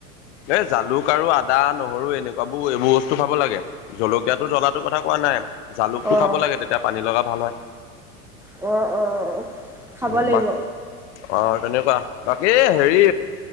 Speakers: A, on the left (about 50°); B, in the centre.
A: এ, জালুক আৰু আদা, নহৰু এনেকুৱাবোৰ এইবোৰ বস্তু খাব লাগে। জলকীয়াাতটো, জ্বলাটো কথা কোৱা নাই জালুকতটো
B: অ'।
A: খাব লাগে তেতিয়া পানী লগা ভাল হয়।
B: অ', অ'। খাব
A: উ,
B: লাগিব
A: বাক অ, তেনেকুৱা বাকী হেৰি